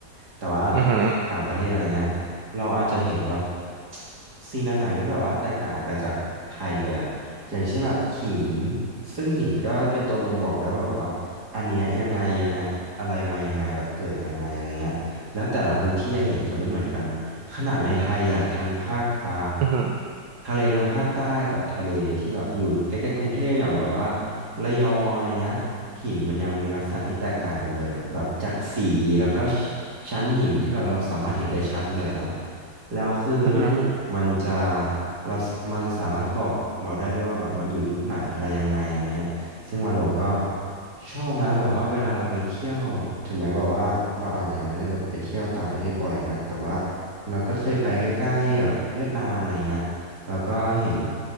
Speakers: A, on the right; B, on the right.
A: แต่ว่าถ้าเราไปต่างประเทศอะไรเงี้ยเราอาจจะเห็นแบบ
B: อือหือ
A: สิ่งต่างๆที่แบบว่าแตกต่างออกไปจากไทยเลยอะอย่างเช่นแบบหินซึ่งหินก็เป็นตัวบ่งบอกได้ว่าแบบว่าอันเนี้ยยังไงยังไงอะไรมายังไงแบบเกิดยังไงอะไรเงี้ยแล้วแต่ละพื้นที่อะหินจะไม่เหมือนกัน ขนาดในไทยอ่ะทางภาคอ่า
B: อือหือ
A: ทะเลทางภาคใต้กับทะเลที่แบบอยู่ใกล้ๆกรุงเทพอย่างแบบว่าระยองอะไรเงี้ยหินมันยังมีลักษณะที่แตกต่างกันเลยอ่ะแบบจากสีแล้วก็ชชั้นหินที่แบบเราสามารถเห็นได้ชัดเลยอะนะแล้วคือเรื่องหินเนี่ยมันจะ
B: อือหือ
A: เรามันสามารถบอกเราได้ด้วยว่าแบบมันอยู่ยุคไหนอะไรยังไงอะไรเงี้ยซึ่งวาโลก็ชอบนะแบบว่าเวลาเราไปเที่ยวถึงแม้แบบว่าเราอาจจะยังไม่ได้แบบไปเที่ยวต่างประเทศบ่อยนักแต่ว่า เราก็เคยไปใกล้ๆแบบเวียดนามอะไรเงี้ยเราก็เห็น